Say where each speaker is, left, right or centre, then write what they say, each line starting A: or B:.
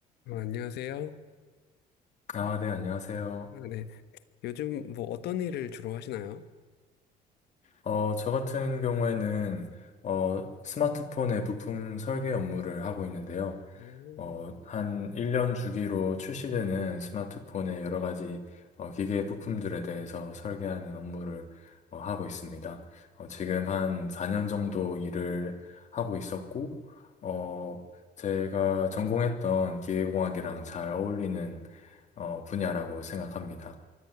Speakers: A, on the left (about 75°); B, on the left (about 45°).
A: 어, 안녕하세요.
B: 아, 네, 안녕하세요.
A: 아, 네. 요즘 뭐 어떤 일을 주로 하시나요?
B: 어, 저 같은 경우에는 어, 스마트폰의 부품 설계 업무를 하고 있는데요.
A: 오.
B: 어, 한 1년 주기로 출시되는 스마트폰의 여러 가지 어, 기계 부품들에 대해서 설계하는 업무를 어, 하고 있습니다. 어, 지금 한 4년 정도 일을 하고 있었고, 어, 제가 전공했던 기계공학이랑 잘 어울리는 어, 분야라고 생각합니다.